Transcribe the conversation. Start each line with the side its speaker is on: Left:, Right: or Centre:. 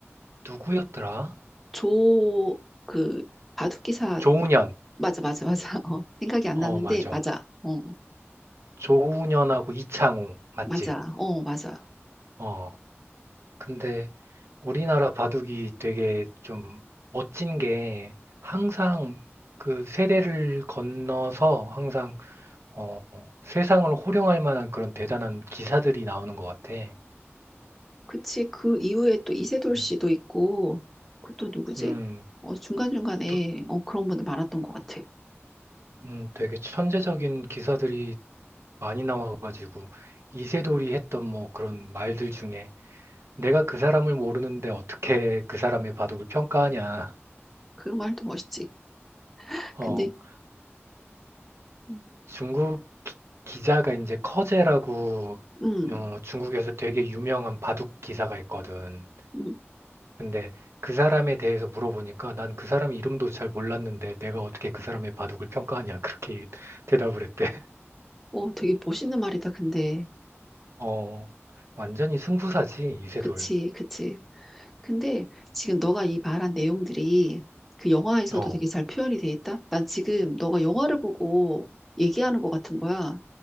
Right: 누구였더라?
Centre: 조, 그, 바둑기사,
Right: 조훈현.
Centre: 맞아, 맞아, 맞아. <laughs> 어, 생각이 안
Right: 어,
Centre: 났는데,
Right: 맞아.
Centre: 맞아. 어,
Right: 조훈현하고 이창호. 맞지?
Centre: 맞아. 어, 맞아.
Right: 어. 근데 우리나라 바둑이 되게 좀 멋진 게 항상 그 세대를 건너서 항상 어, 세상을 호령할 만한 그런 대단한 기사들이 나오는 것 같아.
Centre: 그치. 그 이후에 또 이세돌
Right: 음,
Centre: 씨도 있고, 그 또 누구지?
Right: 음,
Centre: 어, 중간중간에,
Right: 또,
Centre: 어, 그런 분들 많았던 것 같아.
Right: 음, 되게 천재적인 기사들이 많이 나와가지고 이세돌이 했던 뭐 그런 말들 중에 내가 그 사람을 모르는데 어떻게 그 사람의 바둑을 평가하냐.
Centre: 그 말도 멋있지.
Right: <laughs>
Centre: 근데, 음,
Right: 중국 기- 기자가 이제 커제라고
Centre: 음,
Right: 어, 중국에서 되게 유명한 바둑 기사가 있거든.
Centre: 음.
Right: 근데 그 사람에 대해서 물어보니까 난 그 사람 이름도 잘 몰랐는데 내가 어떻게 그 사람의 바둑을 평가하냐 그렇게 <laughs> 대답을 했대.
Centre: 어, 되게 멋있는 말이다, 근데.
Right: 어, 완전히 승부사지 이세돌.
Centre: 그치, 그치. 근데 지금 너가 이 말한 내용들이 그 영화에서도
Right: 어,
Centre: 되게 잘 표현이 돼 있다? 난 지금 너가 영화를 보고 얘기하는 것 같은 거야.